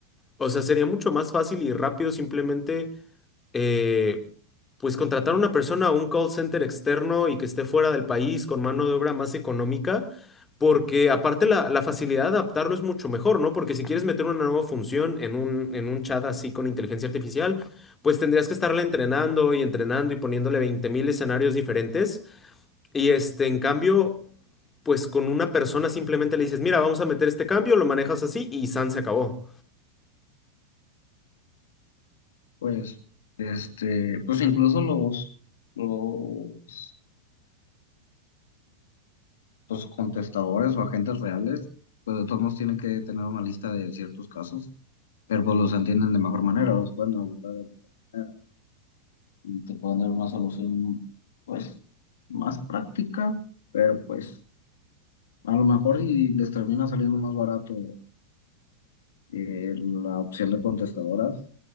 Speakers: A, on the left; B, on the left.
A: O sea, sería mucho más fácil y rápido simplemente eh, pues contratar a una persona a un call center externo y que esté fuera del país con mano de obra más económica, porque aparte la, la facilidad de adaptarlo es mucho mejor, ¿no? Porque si quieres meter una nueva función en un, en un chat así con inteligencia artificial, pues tendrías que estarla entrenando y entrenando y poniéndole veinte mil escenarios diferentes. Y este, en cambio, pues con una persona simplemente le dices, mira, vamos a meter este cambio, lo manejas así y San se acabó.
B: pues, este, pues incluso los, los los contestadores o agentes reales, pues de todos modos tienen que tener una lista de ciertos casos, pero pues los entienden de mejor manera, los pueden abordar de mejor manera y te pueden dar una solución pues más práctica, pero pues a lo mejor y les termina saliendo más barato eh, la opción de contestadoras,